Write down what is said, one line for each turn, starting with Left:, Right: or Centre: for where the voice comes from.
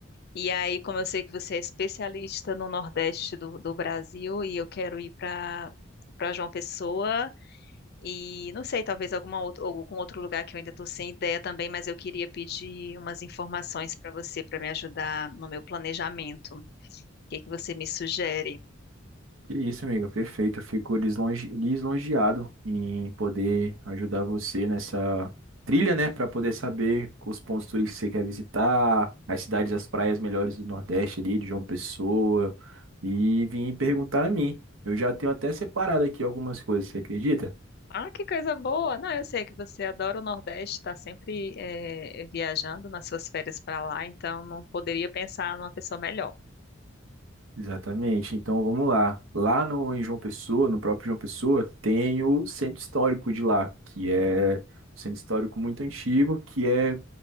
Left: E aí, como eu sei que você é especialista no Nordeste do, do Brasil e eu quero ir para para João Pessoa e não sei, talvez alguma outra, algum outro lugar que eu ainda estou sem ideia também, mas eu queria pedir umas informações para você para me ajudar no meu planejamento. O que que você me sugere?
Right: Que isso, amiga, perfeito. Eu fico lisonje... lisonjeado em poder ajudar você nessa trilha, né? Para poder saber os pontos turísticos que você quer visitar, as cidades, as praias melhores do Nordeste ali, de João Pessoa, e vir perguntar a mim. Eu já tenho até separado aqui algumas coisas, você acredita?
Left: Ah, que coisa boa! Não, eu sei que você adora o Nordeste, está sempre eh, viajando nas suas férias para lá, então não poderia pensar numa pessoa melhor.
Right: Exatamente. Então vamos lá. Lá no em João Pessoa, no próprio João Pessoa, tem o centro histórico de lá, que é um centro histórico muito antigo, que é